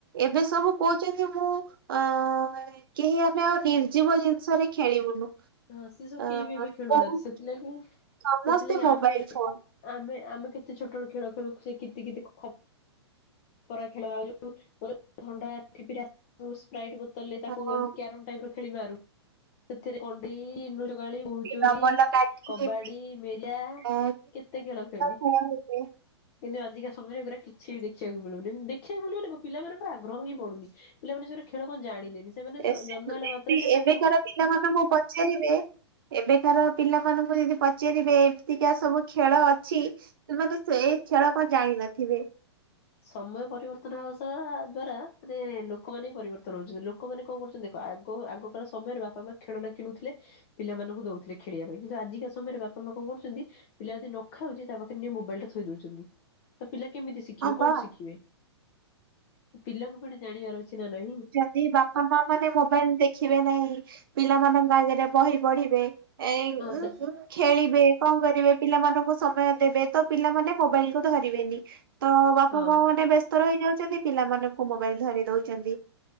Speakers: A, on the right; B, on the left.
A: ଏବେ ସବୁ କହୁଛନ୍ତି ମୁଁ ଅ। କେହି ଆମେ ଆଉ ନିର୍ଜୀବ ଜିନିଷ ରେ ଖେଳିବୁନୁ।
B: ହଁ ସିଏ ସବୁ
A: ଅ
B: କେହି ବି ଏବେ ଖେଳୁନାହାନ୍ତି
A: କୋଉ
B: ସେଥିଲାଗି
A: ସମସ୍ତେ
B: ସେଥିଲାଗି
A: ମୋବାଇଲ
B: ଆମେ।
A: ଫୋନ
B: ଆମେ ଆମେ କେତେ ଛୋଟ ବେଳ ଖେଳ ଖେଳୁ ସେଇ କିତି କିତି ଖ ପରା ଖେଳ ଆଉ ଯୋଉ ଥଣ୍ଡା ଠିପିରା। ସ୍ପାରଇଟ୍ ବୋତଲରେ ତାକୁ
A: ହଁ
B: ଏମତି କ୍ୟାରମ ଟାଇପ ଖେଳି ମାରୁ ‌ ସେଥିରେ କଣ୍ଡି ଲୁଚ କାଳି ବହୁଚୋରିୀ
A: ଡବଲ କାଠି
B: କବାଡି ମେରିଆ
A: ଅ
B: କେତେ ଖେଳ ଖେଳୁ।
A: ଖେଳ ହୁଏ।
B: କିନ୍ତୁ ଆଜିକା ସମୟରେ ଏଗୁରା କିଛି ବି ଦେଖିବାକୁ ମିଳୁନି ଦେଖିବାକୁ ମିଳିବନି କଁ ପିଲା ମାନଙ୍କର ଆଗ୍ରହ ହିଁ ବଢୁନି। ପିଲାମାନେ ସେଗୁରା ଖେଳ କଣ ଜାଣିଲେନି ସେମାନେ
A: ଏ ସେ
B: ଜନ୍ମ ହେଲା
A: ଏବେ
B: ମାତ୍ରକେ ତାଙ୍କୁ।
A: ଏବେକାର ପିଲାମାନଙ୍କୁ ପଚାରିବେ ଏବେକାର ପିଲାମାନଙ୍କୁ ଯଦି ପଚାରିବେ। ଯେତିକା ସବୁ ଖେଳ ଅଛି ସେମାନେ ସେଇ ଖେଳ କଣ ଜାଣିିନଥିବେ।
B: ସମୟ ପରିବର୍ତ୍ତନ ହେବା ସହ ଦ୍ଵାରା ମାନେ ଲୋକମାନେ ବି ପରିବର୍ତ୍ତନ ହଉଛନ୍ତି। ଲୋକମାନେ କଣ କରୁଛନ୍ତି ଦେଖ ଆଗ ଆଗକାଳ ସମୟରେ ବାପା ମା ଖେଳନା କିଣୁଥିଲେ‌। ପିଲା ମାନଙ୍କୁ ଦଉଥିଲେ ଖେଳିବା ପାଇଁ କିନ୍ତୁ ଆଜିକା ସମୟରେ ବାପା ମା କଣ କରୁଛନ୍ତି। ପିଲା ଯଦି ନ ଖାଉଛି ତା ପାଖରେ ନେଇ ମୋବାଇଲ ଟା ଥୋଇ ଦଉଛନ୍ତି ତ ପିଲା କେମିତି ସି ଶିଖିବେ
A: ହଁ
B: କଣ
A: ବା
B: ଶିଖିବେ ତ ପିଲାଙ୍କୁ ପୁଣି ଜାଣିବାର ଅଛି ନା ନହିଁ।
A: ଯଦି ବାପା ମା ମାନେ ମୋବାଇଲ ଦେଖିବେ ନାହିଁ ପିଲାମାନଙ୍କ ଆଗରେ ବହି ପଢିବେ। ଏଇ ଉଁ
B: ସେ
A: ଉଁ ଖେଳିବେ କଣ କରିବେ ପିଲାମାନଙ୍କୁ ସମୟ ଦେବେ ତ ପିଲାମାନେ ମୋବାଇଲ କୁ ଧରିବେନି। ତ ବାପା
B: ହଁ।
A: ମା ମାନେ ବ୍ୟସ୍ତ ରହି ଯାଉଛନ୍ତି ପିଲାମାନଙ୍କୁ ମୋବାଇଲ ଧରେଇ ଦଉଛନ୍ତି।